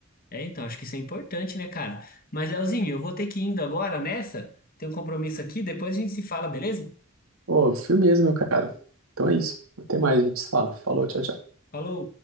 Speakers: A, on the left; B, on the right.
A: É, então, acho que isso é importante, né, cara? Mas, Leozinho, eu vou ter que ir indo agora nessa. Tem um compromisso aqui, depois a gente se fala, beleza?
B: Pô, firmeza, meu cara. Então é isso. Até mais, a gente se fala. Falou, tchau, tchau.
A: Falou!